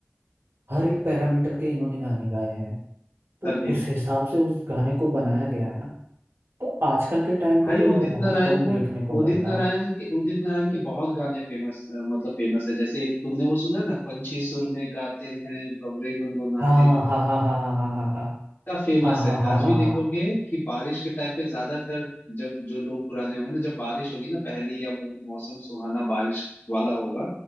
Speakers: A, on the right; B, on the left.
A: हर एक पैरामीटर के इन्होंने गाने गाए हैं तो
B: सभी
A: उस
B: कुछ
A: हिसाब से उस गाने को बनाया गया है ना तो आजकल के टाइम पे
B: भाई
A: तो
B: उदित
A: यार बहुत
B: नारायण
A: कम देखने
B: का
A: को
B: उदित
A: मिलता
B: नारायण
A: है
B: के उदित नारायण के बहुत गाने फेमस मतलब फेमस है जैसे एक तुमने वो सुना ना पंछी सुर में गाते हैं भंवरे गुनगुनाते
A: हाँ
B: हैं
A: हाँ हाँ हाँ हाँ हाँ हाँ हाँ
B: इतना फेमस
A: हाँ हाँ
B: है
A: हाँ
B: आज
A: हाँ
B: भी देखोगे
A: हाँ
B: कि बारिश के टाइम पे ज्यादातर जब जो लोग पुराने होंगे ना जब बारिश होगी ना पहली या मौ, मौसम सुहाना बारिश वाला होगा